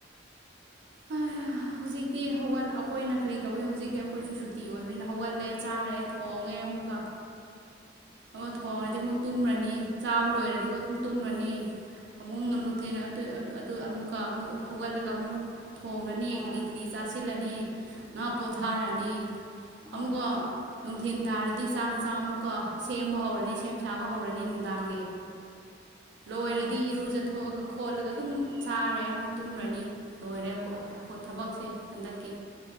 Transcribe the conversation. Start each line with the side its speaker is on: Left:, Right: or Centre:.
Right: ꯍꯩꯌꯥ ꯍꯧꯖꯤꯛꯇꯤ ꯍꯧꯒꯠ ꯑꯩꯈꯣꯏꯅ ꯀꯔꯤ ꯇꯧꯋꯦ ꯍꯧꯖꯤꯛꯇꯤ ꯑꯩꯈꯣꯏꯁꯨ ꯁꯨꯇꯤ ꯑꯣꯏꯕꯅꯤꯅꯥ ꯍꯧꯒꯠꯂꯦ ꯆꯥꯔꯦ ꯊꯣꯡꯉꯦ ꯑꯃꯨꯛꯀꯥ ꯑꯃ ꯊꯣꯡꯉꯗꯤ ꯑꯃꯨꯛ ꯇꯨꯝꯔꯥꯅꯤ ꯆꯥꯕ ꯂꯣꯏꯔꯗꯤꯀꯣ ꯑꯗꯨꯝ ꯇꯨꯝꯔꯅꯤ ꯑꯃꯨꯛ <unintelligible> ꯑꯃꯨꯛꯀ ꯑꯃꯨꯛ ꯍꯧꯒꯠꯂꯒ ꯑꯃꯨꯛ ꯊꯣꯡꯔꯅꯤ
Centre: ꯍꯣꯏ
Right: ꯀꯔꯤ ꯀꯔꯤ ꯆꯥꯁꯤꯜꯂꯅꯤ ꯉꯥꯛ ꯄꯣꯊꯥꯔꯅꯤ
Centre: ꯎꯝ ꯎꯝ
Right: ꯑꯃꯨꯛꯀꯥ ꯅꯨꯡꯊꯤꯟ ꯇꯥꯔꯗꯤ ꯆꯥꯛ ꯏꯟꯁꯥꯡ ꯑꯃꯨꯛꯀꯥ ꯁꯦꯝꯕ ꯍꯧꯔꯅꯤ ꯁꯦꯝ ꯁꯥꯕ ꯍꯧꯔꯅꯤ ꯅꯨꯡꯗꯥꯡꯒꯤ ꯂꯣꯏꯔꯗꯤ
Centre: ꯍꯣꯏꯅꯦ
Right: ꯏꯔꯨꯖꯥꯊꯣꯛꯑꯥꯒꯥ ꯈꯣꯠꯂꯒ ꯑꯗꯨꯝ ꯆꯥꯔꯦ ꯑꯃꯨꯛ ꯇꯨꯝꯔꯅꯤ ꯂꯣꯏꯔꯦ ꯋꯣꯑꯦ ꯊꯕꯛꯁꯦ ꯍꯟꯗꯛꯀꯤ